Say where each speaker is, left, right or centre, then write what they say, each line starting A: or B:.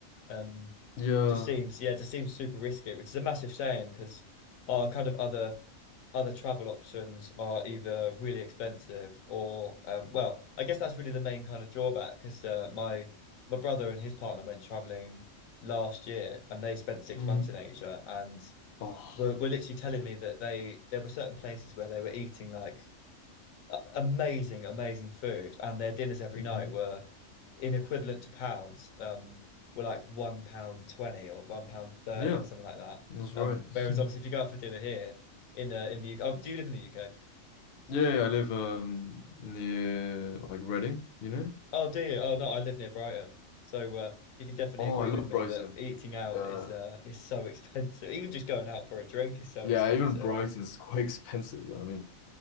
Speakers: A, on the left (about 80°); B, on the left (about 60°).
A: Um,
B: Yeah.
A: just seems yeah, just seems super risky, which is a massive shame because our kind of other other travel options are either really expensive or um, well, I guess that's really the main kind of drawback because uh, my my brother and his partner went traveling last year and they spent six
B: hmm
A: months in Asia and
B: Oh.
A: were, were literally telling me that they there were certain places where they were eating like a- amazing, amazing food and their dinners every
B: hmm
A: night were in equivalent to pounds, um, were like one pound twenty or one pound thirty
B: Yeah,
A: or something like that.
B: that's right.
A: Um, whereas
B: <laughs>
A: obviously if you go out for dinner here in uh, in the UK, oh, do you live in the UK?
B: Yeah, yeah, I live um near like Reading, you know?
A: Oh, do you? Oh no, I live near Brighton, so uh, you can definitely
B: Oh,
A: agree
B: I love
A: with me
B: Brighton.
A: that eating out
B: Uh,
A: is uh is so <laughs> expensive. Even just going out for a drink is so
B: yeah,
A: expensive.
B: even Brighton's <laughs> quite expensive. I mean,